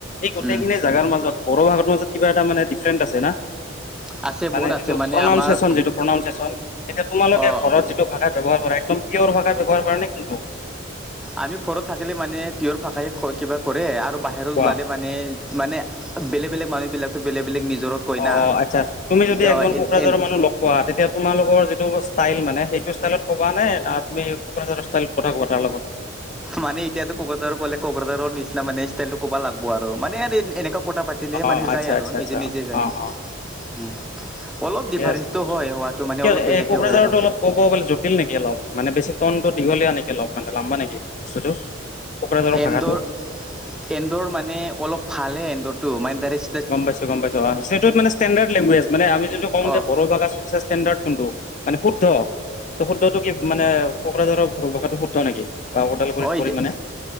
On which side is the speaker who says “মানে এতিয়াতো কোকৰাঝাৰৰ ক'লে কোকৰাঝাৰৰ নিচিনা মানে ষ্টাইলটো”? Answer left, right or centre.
Centre